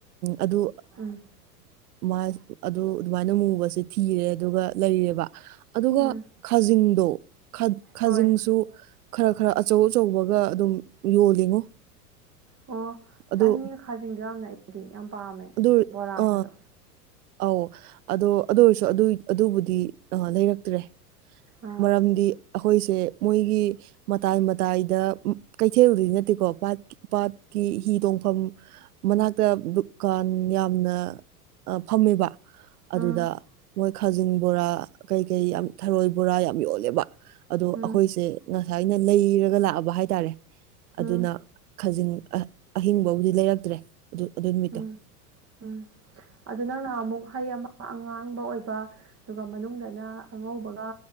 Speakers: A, on the right; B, on the right.
A: ꯑꯗꯨ
B: ꯎꯝ
A: ꯑꯗꯨ ꯑꯗꯨꯃꯥꯏꯅ ꯃꯨꯕꯁꯦ ꯊꯤꯔꯦ ꯑꯗꯨꯒ ꯂꯩꯔꯦꯕ ꯑꯗꯨꯒ
B: ꯎꯝ
A: ꯈꯖꯤꯡꯗꯣ ꯈꯥꯖꯤꯡꯁꯨ
B: ꯍꯣꯏ
A: ꯈꯔ ꯈꯔ ꯑꯆꯧ ꯑꯆꯧꯕꯒ ꯑꯗꯨꯝ ꯌꯣꯜꯂꯤꯉꯣ
B: ꯑꯣ
A: ꯑꯗꯣ
B: ꯆꯥꯅꯤꯡꯉꯦ ꯈꯥꯖꯗꯣ ꯌꯥꯝꯅ ꯑꯩꯗꯤ ꯌꯥꯝ ꯄꯥꯝꯃꯦ
A: ꯑꯗꯨ
B: ꯕꯣꯔꯥꯒꯗꯣ
A: ꯑ ꯑꯧ ꯑꯗꯣ ꯑꯗꯨ ꯑꯣꯏꯔꯁꯨ ꯑꯗꯨ ꯑꯗꯨꯕꯨꯗꯤ ꯑ ꯂꯩꯔꯛꯇ꯭ꯔꯦ
B: ꯑꯥ
A: ꯃꯔꯝꯗꯤ ꯑꯩꯈꯣꯏꯁꯦ ꯃꯣꯏꯒꯤ ꯃꯇꯥꯏ ꯃꯇꯥꯏꯗ ꯀꯩꯊꯦꯜꯔꯨꯗꯗꯤ ꯅꯠꯇꯦꯀꯣ ꯄꯥꯠꯀꯤ ꯍꯤ ꯇꯣꯡꯐꯝ ꯃꯅꯥꯛꯇ ꯗꯨꯀꯥꯟ ꯌꯥꯝꯅ ꯐꯝꯃꯦꯕ
B: ꯎꯝ
A: ꯑꯗꯨꯗ ꯃꯣꯏ ꯈꯥꯖꯤꯡ ꯕꯣꯔꯥ ꯀꯩꯀꯩ ꯌꯥꯝ ꯊꯔꯣꯏ ꯕꯣꯔꯥ ꯌꯥꯝ ꯌꯣꯜꯂꯦꯕ ꯑꯗꯣ
B: ꯎꯝ
A: ꯑꯩꯈꯣꯏꯁꯦ ꯉꯁꯥꯏꯅ ꯂꯩꯔꯒ ꯂꯥꯛꯑꯕ ꯍꯥꯏꯇꯥꯔꯦ
B: ꯎꯝ
A: ꯑꯗꯨꯅ ꯈꯖꯤꯡ ꯑꯍꯤꯡꯕꯕꯨꯗꯤ ꯂꯩꯔꯛꯇ꯭ꯔꯦ ꯑꯗꯨ ꯑꯗꯨ ꯅꯨꯃꯤꯠꯇꯣ
B: ꯎꯝ ꯎꯝ ꯑꯗꯨ ꯅꯪꯅꯍ ꯑꯃꯨꯛ ꯍꯩ ꯑꯃ ꯑꯉꯥꯡꯕ ꯑꯣꯏꯕ ꯑꯗꯨꯒ ꯃꯅꯨꯡꯗꯅ ꯑꯉꯧꯕꯒ